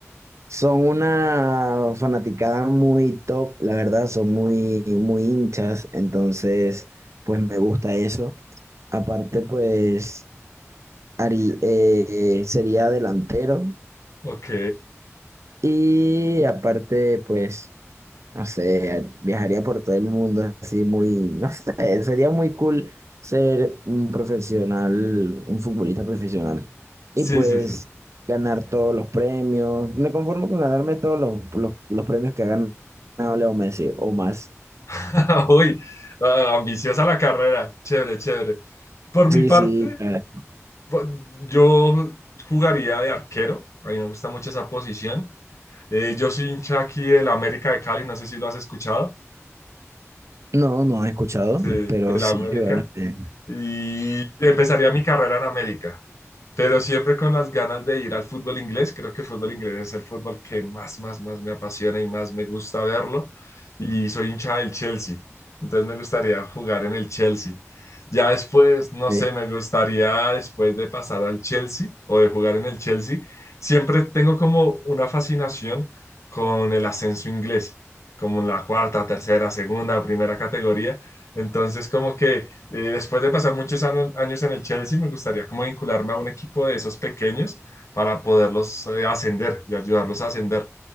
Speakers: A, on the right; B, on the left.
A: son una fanaticada muy top, la verdad, son muy, muy hinchas, entonces, pues me gusta eso. Aparte, pues, harí- eh, sería delantero.
B: ok.
A: Y aparte, pues, no sé, viajaría por todo el mundo así muy, no sé, sería muy cool ser un profesional, un futbolista profesional. Y
B: Sí,
A: pues
B: sí, sí.
A: ganar todos los premios. Me conformo con ganarme todos los, los, los premios que ha ganado Leo Messi o más.
B: <laughs> Uy, ah, ambiciosa la carrera. Chévere, chévere. Por
A: Sí,
B: mi parte...
A: sí. eh,
B: Bu- Yo jugaría de arquero, a mí me gusta mucho esa posición. Eh, yo soy hincha aquí del América de Cali, no sé si lo has escuchado,
A: No, no he escuchado,
B: sí,
A: pero
B: del
A: sí,
B: América.
A: vale. eh,
B: Y empezaría mi carrera en América. pero siempre con las ganas de ir al fútbol inglés. Creo que el fútbol inglés es el fútbol que más, más, más me apasiona y más me gusta verlo. Y soy hincha del Chelsea, entonces me gustaría jugar en el Chelsea. Ya después, no
A: eh,
B: sé, me gustaría después de pasar al Chelsea o de jugar en el Chelsea, siempre tengo como una fascinación con el ascenso inglés, como en la cuarta, tercera, segunda, primera categoría. Entonces, como que eh, después de pasar muchos ano- años en el Chelsea, me gustaría como vincularme a un equipo de esos pequeños para poderlos eh, ascender y ayudarlos a ascender.